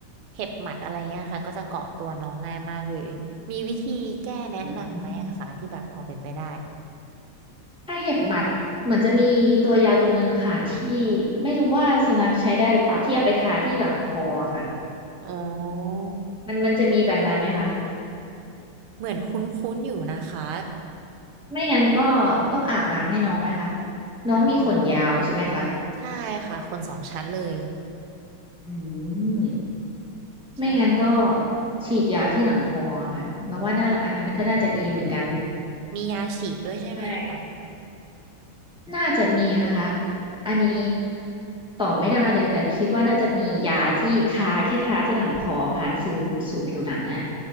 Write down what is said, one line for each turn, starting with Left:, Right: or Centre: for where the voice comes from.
Right: เห็บหมัดอะไรเงี้ยค่ะก็จะเกาะตัวน้องง่ายมากเลยมีวิธีแก้แนะนำไหมอะคะที่แบบพอเป็นไปได้
Centre: อืมถ้าเห็บหมัดเหมือนจะมีตัวยาตัวหนึ่งค่ะที่ไม่รู้ว่าสุนัขใช้ได้หรือเปล่าที่เอาไปทาที่หลังคอค่ะ
Right: อ๋อ
Centre: มันมันจะมีแบบนั้นไหมคะ
Right: เหมือนคุ้นๆอยู่นะคะ
Centre: ไม่งั้นก็ต้องอาบน้ำให้น้องไหมคะน้องมีขนยาวใช่ไหมคะ
Right: อ่าใช่ค่ะคนสองชั้นเลย
Centre: อืมไม่งั้นก็
Right: ใช่
Centre: ฉีดยาที่หลังคอค่ะแล้วว่าน่าอันนั้นก็น่าจะดีเหมือนกัน
Right: อ๋อมียาฉีดด้วยใช่ไหมคะ
Centre: ใช่น่าจะมีนะคะอันนี้ตอบไม่ได้เลยแต่คิดว่าน่าจะมียาที่ทาแค่ทาที่หลังคอผ่านซึมสู่ผิวหนังอะ